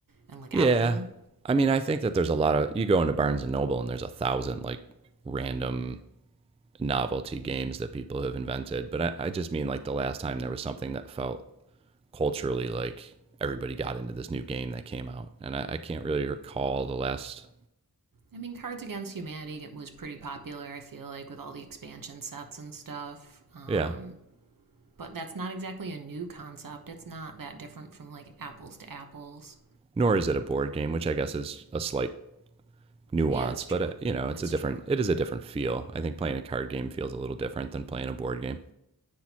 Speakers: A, on the right; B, on the right.
A: and like
B: Yeah,
A: out them
B: I mean, I think that there's a lot of. You go into Barnes and Noble and there's a thousand like random novelty games that people have invented. But I, I just mean like the last time there was something that felt culturally like everybody got into this new game that came out and I, I can't really recall the last
A: I mean, Cards Against Humanity was pretty popular, I feel like, with all the expansion sets and stuff. Um,
B: yeah
A: but that's not exactly a new concept. It's not that different from like apples to apples.
B: nor is it a board game which i guess is a slight nuance
A: Yeah, that's
B: but
A: true.
B: uh, you know it's
A: That's
B: a different
A: true.
B: it is a different feel i think playing a card game feels a little different than playing a board game